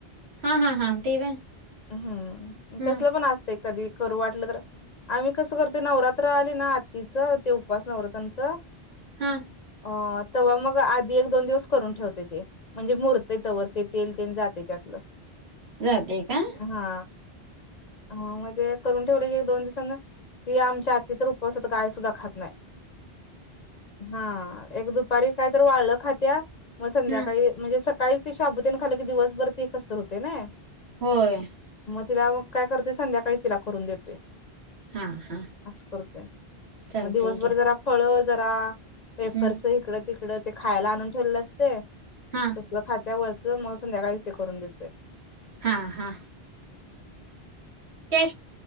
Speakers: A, on the right (about 80°); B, on the left (about 50°).
A: हा हा हा ते व्हय
B: हम्म
A: हा
B: तसल पण असतय. कधी करू वाटलं तर आम्ही कस करतोय. नवरात्र आले ना आत्तीचं ते उपास नवरात्रचं
A: हा
B: ह तेव्हा मग आधी एक दोन दिवस करून ठेवते. ते म्हणजे मुरतय तवर ते तेल तेल जाते त्यातलं,
A: जाते का
B: हा हा म्हणजे, करून ठेवले की दोन दिवसांना ती आमची आती तर उपवासाला कायसुद्धा खात नाही. हा एक दुपारी कायतरी वाळलं खात्या. मग संध्याकाळी
A: हा
B: म्हणजे सकाळीच ते शाबुतेन खाल की दिवसभर ते कसतर होते नाही.
A: होय.
B: तिला मग काय करतोय संध्याकाळी तिला करून देतोय.
A: हा हा
B: अस करतोय
A: चालतंय
B: मग दिवसभर
A: घ्या
B: जरा फळ जरा वेफर्स
A: हम्म
B: इकडं तिकडं ते खायला आणून ठेवलेलं असते.
A: हा
B: तसलं खात्या वरिच मग संध्याकाळीच ते करून देतोय.
A: हा हा त्या